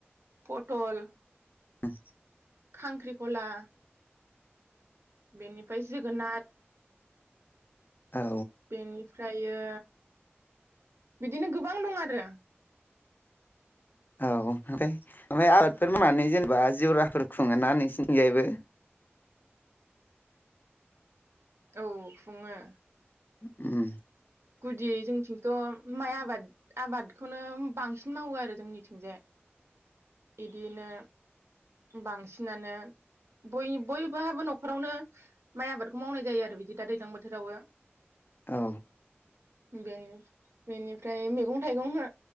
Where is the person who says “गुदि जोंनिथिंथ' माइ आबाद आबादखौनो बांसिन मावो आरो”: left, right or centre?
Right